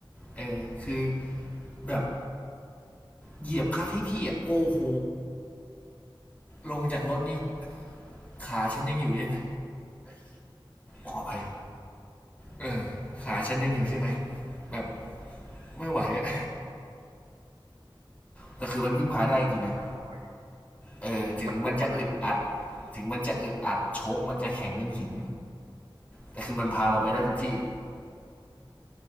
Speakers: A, on the left; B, on the right.
A: เออคือแบบเหยียบคัดให้พี่อ่ะโอ้โหลงจากรถนี่ขาฉันยังอยู่ใช่ไหมขออภัยเออขาฉันยังอยู่ใช่ไหมแบบไม่ไหวอะแต่คือมันพึ่งพาได้จริงๆนะ
B: ขาขาลอย
A: เออถึงมันจะอึดอัด
B: มันโอ้มันได้จริง
A: ถึงมันจะอึดอัดโชคมันจะแข็งเป็นหิน แต่คือมันพาเราไปได้ทุกที่
B: ๆอ่า